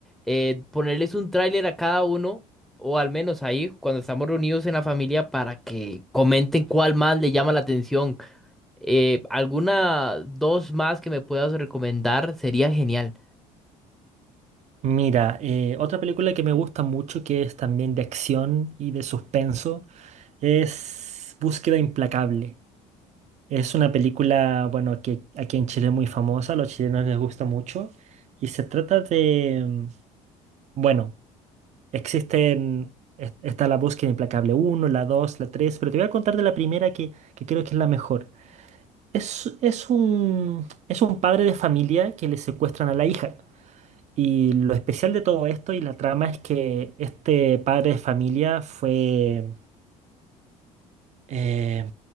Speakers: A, in the centre; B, on the right (about 50°).
A: eh, ponerles un tráiler a cada uno, o al menos ahí, cuando estamos reunidos en la familia, para que comenten cuál más le llama la atención. Eh, alguna dos más que me puedas recomendar sería genial.
B: Mira, eh, otra película que me gusta mucho, que es también de acción y de suspenso, es Búsqueda Implacable. Es una película, bueno, que aquí en Chile es muy famosa, a los chilenos les gusta mucho, y se trata de, mm, bueno, existen, es- está la Búsqueda Implacable uno, la 2, la 3, pero te voy a contar de la primera que, que creo que es la mejor. Es, es un, es un padre de familia que le secuestran a la hija. Y lo especial de todo esto y la trama es que este padre de familia fue, eh,